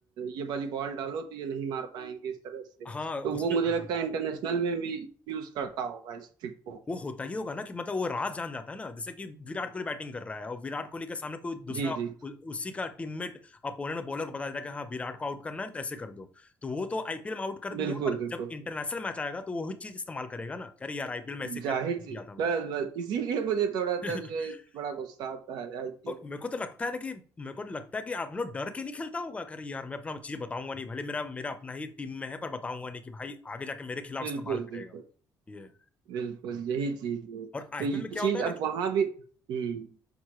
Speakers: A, on the right; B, on the left.
A: ये वाली बॉल डालो तो ये नहीं मार पाएंगे इस तरह से
B: हाँ
A: तो
B: उसमें
A: वो मुझे
B: हाँ।
A: लगता है इंटरनेशनल में भी यूज करता होगा इस ट्रिक को
B: वो होता ही होगा ना कि मतलब वो राज जान जाता है ना जैसे कि विराट कोहली बैटिंग कर रहा है और विराट कोहली के सामने कोई दूसरा
A: जी जी
B: उ- उसी का टीममेट अपोनेंट बॉलर को बता देता है कि हाँ विराट को आउट करना है तो ऐसे कर दो तो वो तो आईपीएल में आउट कर
A: बिल्कुल
B: दिया पर
A: बिल्कुल
B: जब इंटरनेशनल मैच आएगा तो वही चीज इस्तेमाल करेगा ना कह रहे यार आईपीएल में ऐसे
A: जाहिर
B: कर दिया
A: सी
B: था मैं
A: बस बस इसीलिए मुझे थोड़ा सा
B: <laughs>
A: जो है इसमें बड़ा गुस्सा आता है आईपीएल
B: और मेरे को तो लगता है ना कि मेरे को लगता है कि आप लोग डर के नहीं खेलता होगा कह रहे यार मैं अपना चीज बताऊंगा नहीं भले मेरा मेरा अपना ही टीम में है पर बताऊंगा नहीं कि भाई आगे जाके मेरे खिलाफ
A: बिल्कुल
B: इस्तेमाल करेगा
A: बिल्कुल
B: ये
A: बिल्कुल यही चीज है तो
B: और आईपीएल
A: ये
B: में क्या
A: चीज
B: होता है ना
A: अब वहां भी हम्म